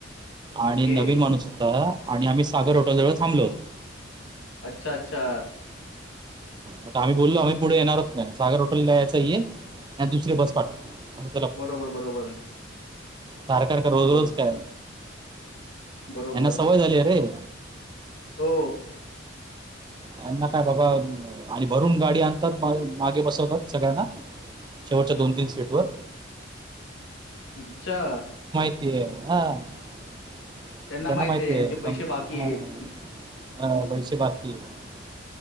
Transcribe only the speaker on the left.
ओके.
अच्छा! ! अच्छा!
बरोबर बरोबर
बरो
बरोबर.
हो.
अच्छा!
त्यांना माहिती
आहे ह्यांचे पैसे
बाकी आहेत.